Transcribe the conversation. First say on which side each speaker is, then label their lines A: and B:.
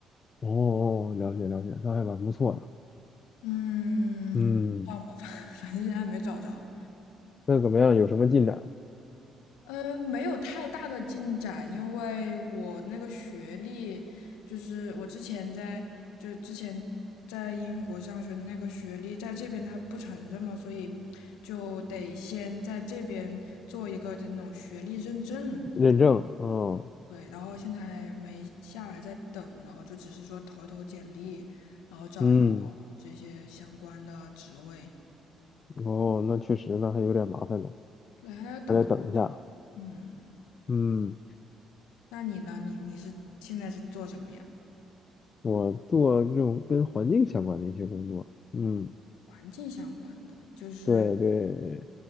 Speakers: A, on the left; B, on the left.
A: 哦哦，了解了解，那还蛮不错的。
B: 嗯，
A: 嗯，
B: <laughs> 不知道嘛，反 <laughs> 反正现在没找着。
A: 那怎么样？有什么进展？
B: 呃，没有太大的进展，因为我那个学历，就是我之前在，就是之前在英国上学的那个学历，在这边他不承认嘛，所以就得先在这边做一个就那种学历认证，
A: 认证？嗯
B: 对，然后现在还没下来，在等，然后就只是说投一投简历，然后找一找
A: 嗯，
B: 这些相关的职位，
A: 哦，那确实，那还有点麻烦呢。
B: 对，还在等，
A: 还得等一下。
B: 嗯。
A: 嗯，
B: 那你呢？你你是现在是做什么呀？
A: 我做这种跟环境相关的一些工作。嗯，
B: 环境相关的，就是
A: 对对，